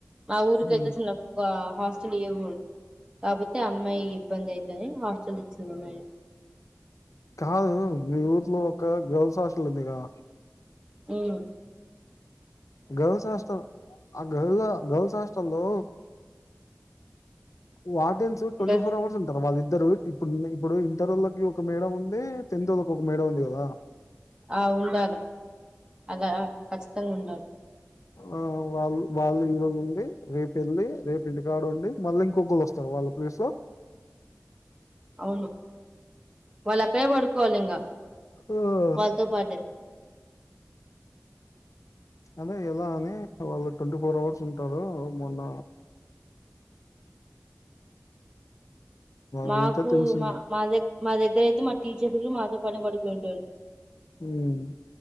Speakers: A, on the right; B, on the left.
A: మా ఊరుకి
B: ఉమ్,
A: అయితే సన్నప్ప హాస్టల్ ఇవ్యకూడదు, కాకపోతే అమ్మాయి ఇబ్బంది అయితేని హాస్టల్ ఇచ్చింది అమ్మాయి
B: కాదు మీ ఊట్లో ఒక గల్స్ హస్ల్ ఉందికదా
A: మ్
B: గల్స్ హాస్టల్ ఆ గల్ గల్స్ హస్టల్ లో వాటేన్స్ ట్వంటి
A: గర్ల్స్
B: ఫోర్వర్స్ ఉంటారు వాళ్ ఇద్దరు ఇప్పుడు ఇప్పుడు ఇంటర్ వాళ్ళకి ఒక మేడమ్ ఉంది, టెన్త్ వాళ్ళకి ఒక మేడమ్ ఉంది కదా
A: ఆ ఉండాలి అలా ఖచ్చితంగా ఉండాలి
B: ఆ వాళ్ళు వాళ్ళు ఈరోజు ఉండి, రేపు వెళ్ళి రేపు ఇంటికాడు ఉండి, మళ్ళీ ఇంకొకళ్రు వస్తార వాళ్ళ ప్లేస్ లో
A: అవును వాళ్ళు అక్కడే పడుకోవాలి ఇంకా
B: ఆ
A: వాళ్ళతో పాటే
B: అదే ఎలా అని వాళ్ళు ట్వంటీ ఫోర్ అవర్స్ ఉంటారు మొన్న
A: మాకు
B: వెళ్తే తెలిసింది
A: మా మా దగ్ మా దగ్గర అయితే మా టీచర్లు మాతో పడ పడికు ఉంటరు
B: మ్